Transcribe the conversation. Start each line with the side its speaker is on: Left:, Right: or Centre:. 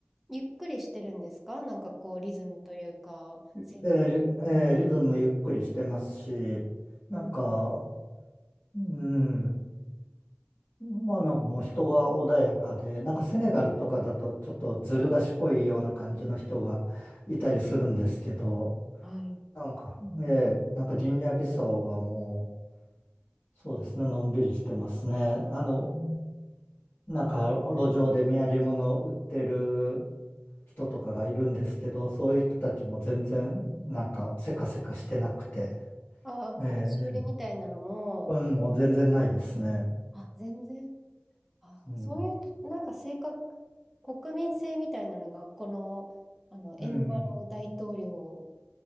Centre: ゆっくりしてるんですかなんかこう、リズムというか、
Left: で、
Centre: 生活の。
Left: リええリズムゆっくりしてますし、
Centre: うん。
Left: なんか、うん、まあなんかもう人が穏やかで、なんかセネガルとかだとちょっとずる賢いような感じの人がいたりするんですけど、
Centre: はい。
Left: なんか、ええ、なんかギニアビサウはもう、そうですね、のんびりしてますね。あの、なんか路上で土産物売ってる人とかがいるんですけど、そういう人たちも全然なんかせかせかしてなくて、
Centre: ああ、こう、
Left: ええ、
Centre: 押し売りみたいなのも、
Left: うん、もう全然ないですね。
Centre: えあ、全然、あ、
Left: うん、
Centre: そういう、なんか性格、国民性みたいなのが、この、あの、エンバロ大統領
Left: うん、